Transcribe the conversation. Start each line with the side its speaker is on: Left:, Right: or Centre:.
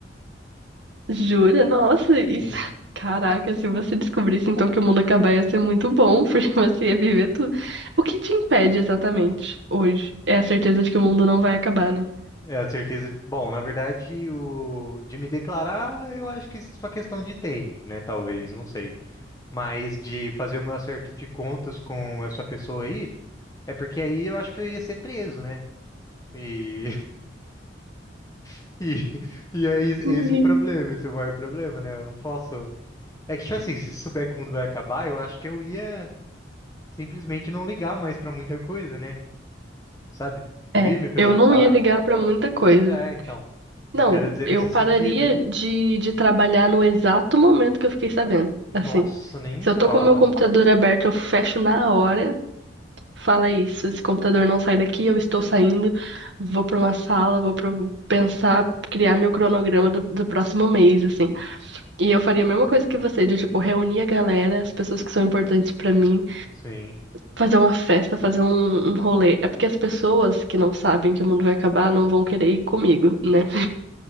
Right: Jura? Nossa, isso.
Left: Sim.
Right: Caraca, se você descobrisse então que o mundo acabar ia ser muito bom, porque <laughs> você ia viver tudo. O que te impede exatamente hoje? É a certeza de que o mundo não vai acabar, né?
Left: É a certeza. Bom, na verdade, o de me declarar, eu acho que isso é só questão de tempo, né? Talvez, não sei. Mas de fazer o meu acerto de contas com essa pessoa aí, é porque aí eu acho que eu ia ser preso, né? E <laughs> e, e é isso- esse
Right: Ui.
Left: é o problema, esse é o maior problema, né? Eu não posso. É que, tipo assim, se souber que o mundo vai acabar, eu acho que eu ia. simplesmente não ligar mais pra muita coisa, né? Sabe? Não
Right: É,
Left: ia me preocupar.
Right: eu não ia ligar pra muita coisa.
Left: É, então.
Right: Não,
Left: Eu quero dizer
Right: eu
Left: nesse
Right: pararia
Left: sentido.
Right: de, de trabalhar no exato momento que eu fiquei sabendo.
Left: Nossa,
Right: Assim,
Left: nem me
Right: se
Left: fala.
Right: eu tô com o meu computador aberto, eu fecho na hora Fala isso, esse computador não sai daqui, eu estou saindo, vou para uma sala, vou pra pensar, criar meu cronograma do, do próximo mês, assim. E eu faria a mesma coisa que você, de tipo, reunir a galera, as pessoas que são importantes para mim,
Left: Sim.
Right: fazer uma festa, fazer um, um rolê. É porque as pessoas que não sabem que o mundo vai acabar não vão querer ir comigo, né?